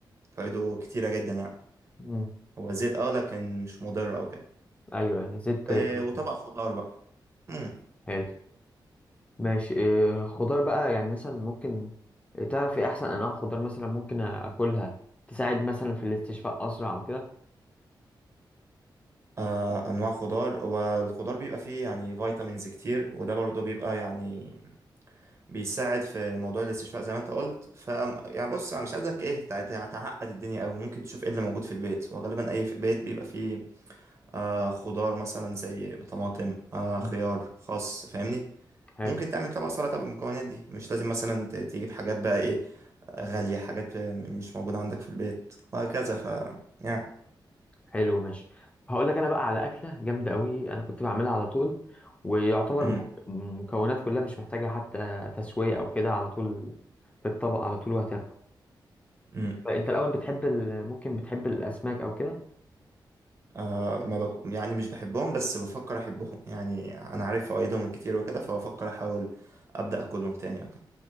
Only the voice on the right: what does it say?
فوائده كتيرة جدا يعني
هو زيت اه لكن مش مضر او كده
و...
وطبق خضار بقى مم.
آه انواع خضار والخضار بيبقى فيه يعني فيتامينز كتير وده برضو بيبقى يعني بيساعد في موضوع الاستشفاء زي ما انت قلت ف يعني بص انا مش عايزك ايه تع- تع- تعقد الدنيا قوي ممكن تشوف ايه اللي موجود في البيت وغالبا اي في بيت بيبقى فيه آه خضار مثلا زي طماطم آه
خيار خس فاهمني
ممكن تعمل طبق سلطه بالمكونات دي مش لازم مثلا ت- تجيب حاجات بقى ايه آه، غاليه حاجات آه، مش موجوده عندك في البيت وهكذا ف يعني
امم
امم
آه، ما بك... يعني مش بحبهم بس بفكر احبهم يعني انا عارف فوائدهم الكتير وكده فبفكر احاول ابدا اكلهم تاني او كده